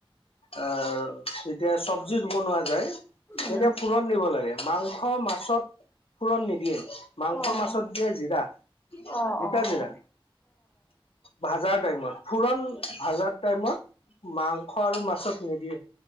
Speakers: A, on the left; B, on the left.
A: আহ, যেতিয়া চব্জিত বনোৱা যায়
B: উম।
A: তেতিয়া ফোৰণ দিব লাগে, মাংস-মাছত ফোৰণ নিদিয়ে, মাংসৰ-মাছত
B: অ', অ'।
A: দিয়ে জিৰা।
B: অ,
A: গোটা
B: অ,
A: জিৰা
B: অ।
A: ভাজাৰ টাইমত, ফোৰণ ভাজাৰ টাইমত মাংস আৰু মা ছত নিদিয়ে।